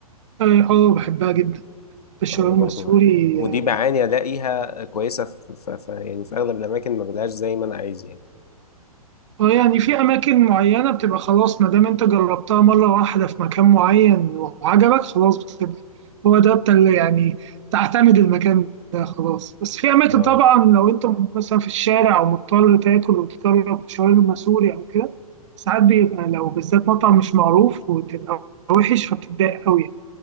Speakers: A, on the right; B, on the left.
A: اه آه، بحبها جدا الشاورما
B: آه، انا برضو
A: السوري
B: بحب ودي
A: اه
B: بعاني الاقيها كويسه في, في, في يعني في اغلب الاماكن ما بلاقيهاش زي ما انا عايز يعني
A: آه، يعني في أماكن معينة بتبقى خلاص ما دام انت جربتها مرة واحدة في مكان معين وعجبك خلاص بتبقى هو ده بتاع اللي يعني تعتمد المكان ده خلاص بس في أماكن
B: اه
A: طبعا لو انت مثلا في الشارع أو مضطر تاكل وتجرب شاورما سوري أو كده ساعات بيبقى لو بالذات مطعم مش معروف وتبقى وحش فبتتضايق قوي